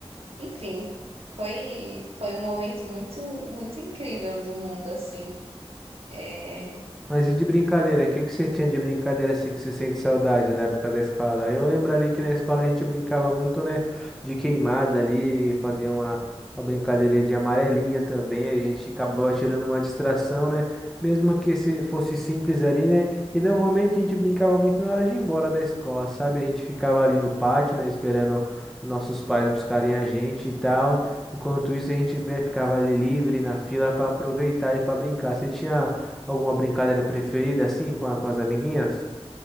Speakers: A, on the right (about 65°); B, in the centre.
A: enfim. Foi, foi um momento muito, muito incrível do mundo, assim. É,
B: Mas e de brincadeira? O que que você tinha de brincadeira assim que você sente saudade da época da escola? Eu lembro ali que na escola a gente brincava muito, né? De queimada ali, fazia uma, uma brincadeira de amarelinha também. A gente acabava tirando uma distração, né? Mesmo que se fosse simples ali, né? E normalmente a gente brincava muito na hora de ir embora da escola, sabe? A gente ficava ali no pátio, né? Esperando nossos pais buscarem a gente e tal. Enquanto isso, a gente, né, ficava ali livre na fila para aproveitar e para brincar. Você tinha. Alguma brincadeira preferida assim com, a- com as amiguinhas?